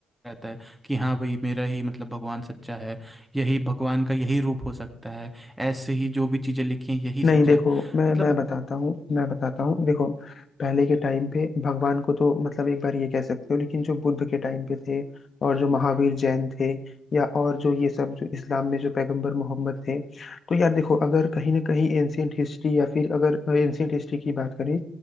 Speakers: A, in the centre; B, on the left (about 45°).
A: रहता है कि हाँ भाई मेरा ही मतलब भगवान सच्चा है यही भगवान का यही रूप हो सकता है ऐसे ही जो भी चीज़ें लिखी हैं यही सच
B: नहीं देखो
A: है
B: मैं
A: मतलब
B: मैं बताता हूँ मैं बताता हूँ देखो पहले के टाइम पे भगवान को तो मतलब एक बार ये कह सकते हो लेकिन जो बुद्ध के टाइम पे थे और जो महावीर जैन थे या और जो ये सब जो इस्लाम में जो पैगंबर मोहम्मद थे तो यार देखो अगर कहीं ना कहीं एंशियंट हिस्ट्री या फिर अगर एंशियंट हिस्ट्री की बात करें